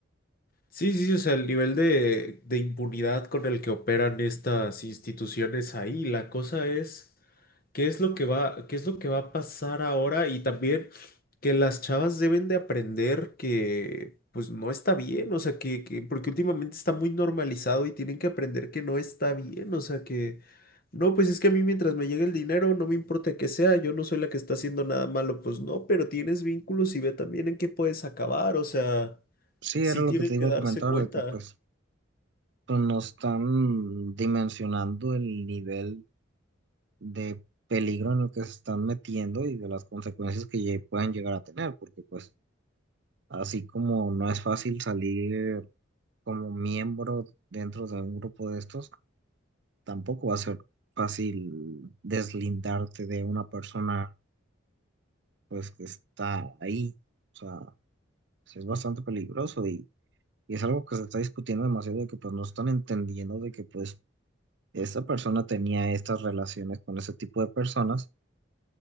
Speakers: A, on the left; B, on the right.
A: Sí, sí, sí, o sea, el nivel de, de impunidad con el que operan estas instituciones ahí, la cosa es qué es lo que va, qué es lo que va a pasar ahora y también que las chavas deben de aprender que pues no está bien, o sea, que, que porque últimamente está muy normalizado y tienen que aprender que no está bien, o sea, que no, pues es que a mí mientras me llegue el dinero, no me importa que sea, yo no soy la que está haciendo nada malo, pues no, pero tienes vínculos y ve también en qué puedes acabar, o sea...
B: Sí,
A: Sí
B: era lo
A: tienen
B: que te
A: que
B: iba
A: darse
B: a comentar,
A: cuenta.
B: de que pues no están dimensionando el nivel de peligro en el que se están metiendo y de las consecuencias que lle- pueden llegar a tener, porque pues así como no es fácil salir como miembro dentro de un grupo de estos, tampoco va a ser fácil deslindarte de una persona pues que está ahí. O sea, sí es bastante peligroso y, y es algo que se está discutiendo demasiado de que pues no están entendiendo de que pues esta persona tenía estas relaciones con ese tipo de personas